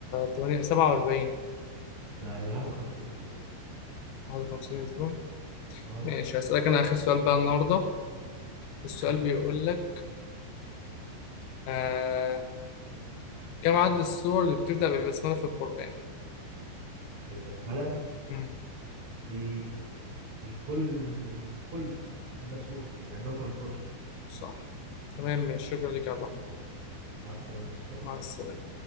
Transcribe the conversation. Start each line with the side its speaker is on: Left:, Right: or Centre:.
Left: 8 47
Right: لا هي 51 أسبوع
Left: 51 أسبوع
Right: أهو
Left: ماشي هسألك أنا آخر سؤال بقى النهاردة السؤال
Right: آخر سؤال
Left: بيقول لك آه كم عدد السور اللي بتبدأ بالبسملة في القرآن؟
Right: البسملة
Left: مم.
Right: دي كل كله إلا سورة يعني 113
Left: صح تمام ماشي شكرا لك يا عبد الرحمن
Right: مع السلامة مصطفى
Left: مع السلامة